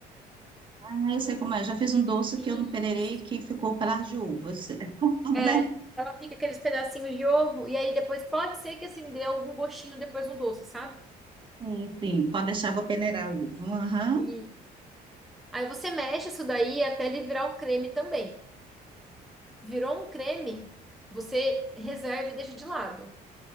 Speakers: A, on the right; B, in the centre.
A: Ah, eu sei como é. Eu já fiz um doce
B: Isso.
A: que eu não peneirei que ficou pelas de uva. Eu sei. <laughs>
B: É,
A: Né?
B: ela fica aqueles pedacinhos de ovo e aí depois pode ser que assim dê algum gostinho depois no doce, sabe?
A: Sim, sim. Pode deixar, vou peneirar o ovo. Aham.
B: E aí você mexe isso daí até ele virar um creme também. Virou um creme, você reserva e deixa de lado.